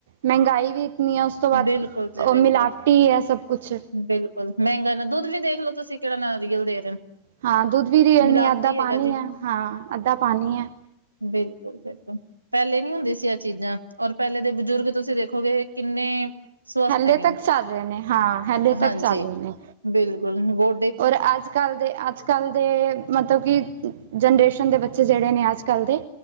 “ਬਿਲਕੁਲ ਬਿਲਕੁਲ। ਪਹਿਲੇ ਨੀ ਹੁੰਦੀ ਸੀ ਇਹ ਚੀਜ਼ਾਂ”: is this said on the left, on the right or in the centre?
Right